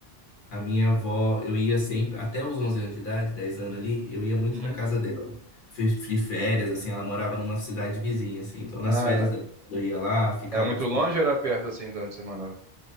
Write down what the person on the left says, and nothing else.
a minha avó, eu ia sempre, até os 11 anos de idade, 10 anos ali, eu ia muito
na casa dela. Fiz de férias, assim, ela morava numa cidade vizinha, assim, então nas
férias dela, quando eu ia lá, ficava,
tipo,